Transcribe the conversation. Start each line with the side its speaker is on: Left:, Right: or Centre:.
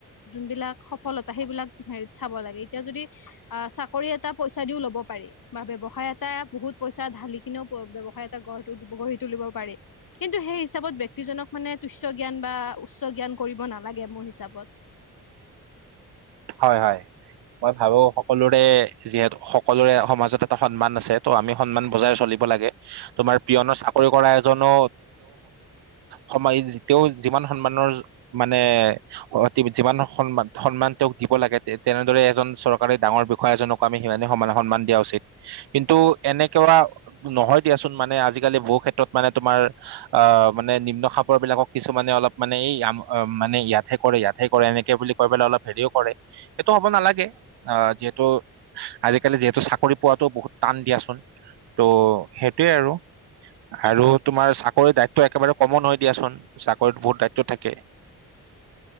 Left: যোনবিলাক সফলতা সেইবিলাক হ চাব লাগে এতিয়া যদি আ চাকৰি এটা পইচা দিও ল'ব পাৰি বা ব্যৱসায় এটা বহুত পইচা ঢালি কিনেও ব্যৱসায় এটা গঢ় দিব গঢ়ি তুলিব পি কিন্তু সেই হিচাপত ব্যক্তিজনক মানে তুচ জ্ঞান বা উচ্চ জ্ঞান কৰিব নালাগে মোৰ হিচাপত
Right: হয় হয় মই ভাবো সকলোৰে যিহেতু সকলোৰে সমাজত এটা সন্মান আছে ত' আমি সন্মান বজাই চলিম হবলগা তোমাৰ পিয়নৰ চাকৰি কৰা এজনী সমি <unintelligible> সন্মানৰ মানে অতি যিমান সন্মান সন্মান দিব লাগে তে তেনেদৰে এজন চৰকাৰী ডাঙৰ বিষয়া এজনক আমি সিমান সমান সন্মান দিয়া উচিত কিন্তু অ কেনে কৰা নয় দিয়ক চূণ মানে আজিকালি বহু ক্ষেত্ৰত মানে তোমাৰ মানে খাপৰ বিলাকক কিছুমানে অলপ মানে এই মানে ইয়াতে কৰে ইয়াতে কৰে এনেকে বুলি কৈ পেললে অলপ হেৰিও সেইটো হ'ব নালাগে অ যিহেতু আজিকালি যিহেতু চাকৰি পোৱাতো বহুত টান দিয়া। ত সেইটোয়ে আৰু আৰু তোমাৰ চাকৰি দিত একেবাৰে কমন হৈ দিয়াচোন চাকৰিত বহুত দায়িত্ব থাকে।